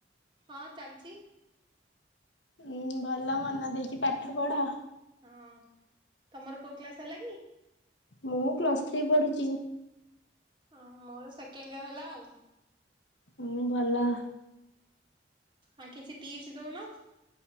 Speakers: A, on the right; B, on the left.
A: ହଁ ଚାଲିଛି।
B: ହଁ ଭଲ ମନ ଦେଇକି ପାଠ ପଢ
A: ହଁ ତମର କୋଉ କ୍ଲାସ ହେଲା କି
B: ମୁଁ ପ୍ଲସ୍ ଥ୍ରୀ ପଢୁଛି
A: ହଁ ମୋର ସେକେଣ୍ଡ ଇ ହେଲା ଆଉ
B: ହୁଁ ଭଲ
A: ଆ କିଛି ଟିପ୍ସ ଦଉନ